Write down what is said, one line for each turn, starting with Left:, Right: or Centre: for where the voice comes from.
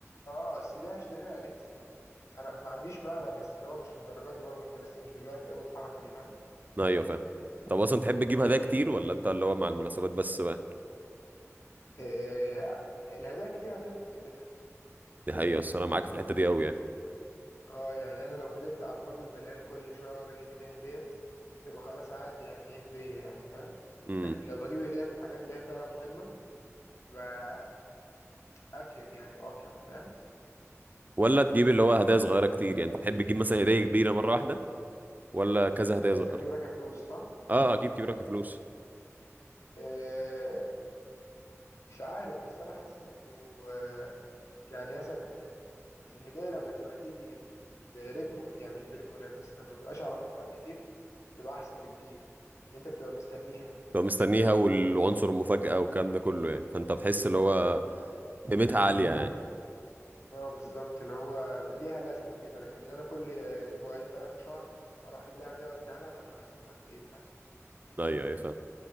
Left: اه اصل ليه هشتري لها لبس يعني انا ما عنديش مانع بس اللي هو مش للدرجه دي برضه احنا لسه مش دلوقتي قوي الحركه دي فاهم
Right: ايوه فاهم طب اصلا تحب تجيب هدايا كتير ولا انت اللي هو مع المناسبات بس بقى
Left: آه الهدايا كتير هتفقد قيمتها
Right: دي حقيقة بس انا معاك في الحتة دي قوي يعني
Left: اه يعني انا لو فضلت على الفاضي والمليان كل شويه اقعد اجيب هديه هديه تبقى خلاص عادي يعني ايه هديه يعني فاهم
Right: امم
Left: لكن لو بجيب هديه في الحاجات اللي هي فعلا مهمه هتبقى افيد يعني واقيم فاهم
Right: ولا تجيب اللي هو هدايا صغيرة كتير يعني انت تحب تجيب مثلا هدية كبيرة مرة واحدة ولا كذا هدايا
Left: انت قصدك
Right: صغيرة
Left: كبيره كفلوس صح
Right: اه اكيد كبيرة كفلوس
Left: آه مش عارف بس انا حاسس انه آه يعني مثلا الهدايا لما تبقى تيجي برتمه يعني مش برتمه قليل بس لما تبقاش على فترات كتير بتبقى احسن بكتير اللي انت بتبقى مستنيها
Right: تبقى مستنيها والعنصر المفاجأة والكلام ده كله يعني فانت بتحس اللي هو
Left: اه
Right: قيمتها عالية يعني
Left: آه، بالظبط اللي هو ليها لازمه كده لكن انا كل اسبوعين ثلاثه شهر اروح اجيب لها ده واديها لها طب ما استفدت ايه فاهم
Right: ايوه ايوه فاهم